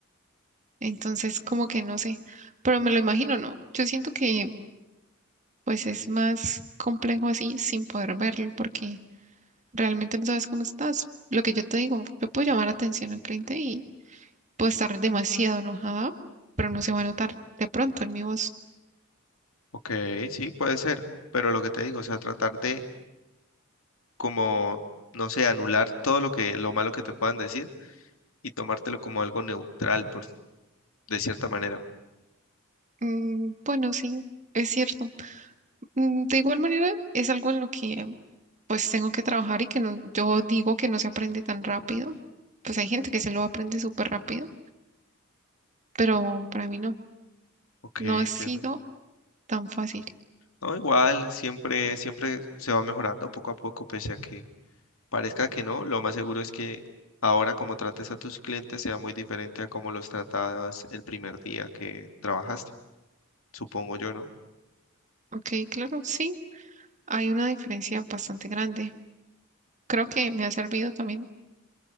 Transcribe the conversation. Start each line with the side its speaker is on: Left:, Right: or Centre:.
Right: entonces como que no sé, pero me lo imagino, ¿no? Yo siento que pues es más complejo así sin poder verlo porque realmente no sabes cómo estás. Lo que yo te digo, yo puedo llamar atención al cliente y puedo estar demasiado enojada, pero no se va a notar de pronto en mi voz.
Left: Ok, sí, puede ser, pero lo que te digo, o sea, tratar de como, no sé, anular todo lo que, lo malo que te puedan decir y tomártelo como algo neutral, por, de cierta manera.
Right: Mm, bueno, sí, es cierto. Mm, de igual manera, es algo en lo que pues tengo que trabajar y que no, yo digo que no se aprende tan rápido. Pues hay gente que se lo aprende súper rápido, pero para mí no,
Left: Ok,
Right: no
Left: entiendo.
Right: ha sido tan fácil.
Left: No, igual, siempre, siempre se va mejorando poco a poco, pese a que parezca que no, lo más seguro es que ahora como trates a tus clientes sea muy diferente a como los tratabas el primer día que trabajaste, supongo yo, ¿no?
Right: Ok, claro, sí, hay una diferencia bastante grande. Creo que me ha servido también